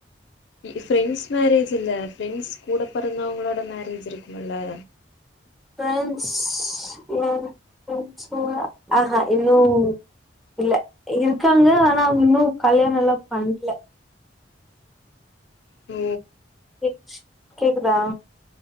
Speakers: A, on the left; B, in the centre.
A: ஃப்ரெண்ட்ஸ் மேரேஜ் இல்ல ஃப்ரெண்ட்ஸ் கூட பெறந்தவங்களோட மேரேஜ் இருக்குமுல்ல
B: ஃப்ரெண்ட்ஸ் ஏ ஃப்ரெண்ட்ஸ் கூட அ ஹ இன்னு இல்ல இருக்காங்க ஆனா அவங்க இன்னு கல்யாணலா பண்ல
A: ஓ
B: இச் கேக்குதா